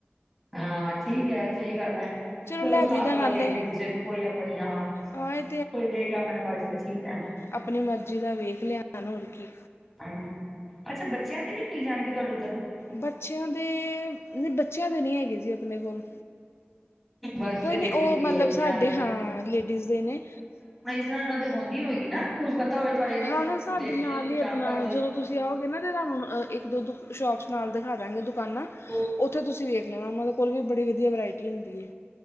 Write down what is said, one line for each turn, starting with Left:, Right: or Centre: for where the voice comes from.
Centre: ਹਾਂ, ਠੀਕ ਐ, ਸਹੀ ਗੱਲ ਐ। ਚਲੋ
Left: ਲੈ ਜਈਦਾ
Centre: ਸਾਲ ਬਾਦ
Left: ਨਾਲੇ
Centre: ਦਿੰਦੇ ਕਿਸੇ ਨੂੰ ਕੋਈ ਆਪਣੀ, ਹਾਂ,
Left: ਹਾਂ ਇਹ
Centre: ਕੋਈ ਲੇ ਗਏ ਮਨ ਮਰਜੀ ਤਾ ਠੀਕ ਐ।
Left: ਅਪਨੀ ਮਰਜੀ ਦਾ ਵੇਖ ਲੇਆ ਹੈਨ, ਹੋਰ ਕੀ।
Centre: ਹ, ਅੱਛਾ ਬੱਚੇਆਂ ਦੇ ਵੀ ਮਿਲ ਜਾਣਗੇ ਤੁਆਡੇ ਓਧਰ?
Left: ਬੱਚੇਆਂ ਦੇ, ਨੀ ਬੱਚੇਆਂ ਦੇ ਨਹੀ ਹੈਗੇ ਜੀ ਅਪਨੇ ਕੋਲ।
Centre: ਬਸ
Left: ਕੋਈ
Centre: ਤੇ ਲੇਡੀਜ਼
Left: ਨੀ, ਓ
Centre: ਦੀ
Left: ਮਤਲਬ
Centre: ਹੈ ਜਨਾਨੀਆਂ
Left: ਸਾਡੇ, ਹਾਂ
Centre: ਦੀ
Left: ਲੇਡੀਜ ਦੇ ਨੇ।
Centre: ਏਨਾਂ ਦੇ ਹੋਂਦੀ ਹੋਏਗੀ ਨਾ। ਕੀ ਪਤਾ ਓਏ ਤੁਹਾਡੇ
Left: ਹਾਂ, ਹਾਂ, ਸਾਡੇ
Centre: ਦੇਖ
Left: ਨਾਲ
Centre: ਕੋਈ
Left: ਈ
Centre: ਜਾਣਕਾਰ
Left: ਅਪਨਾ,
Centre: ਹੋਏ
Left: ਜਦੋ ਤੁਸੀ ਆਓਗੇ ਨਾ ਤਾ ਤਾਨੂੰ ਇੱਕ-ਦੋ ਦੁ ਸ਼ੋਪਸ ਨਾਲ ਦਿਖਾ ਦਾਂਗੇ ਦੁਕਾਨਾ।
Centre: ਹੋ
Left: ਓਥੇ ਤੁਸੀਂ ਵੇਖ ਲੈਣਾ, ਓਨਾਂ ਕੋਲ ਵੀ ਬੜੀ ਵਦੀਆ ਵੈਰਾਇਟੀ ਹੁੰਦੀ ਏ।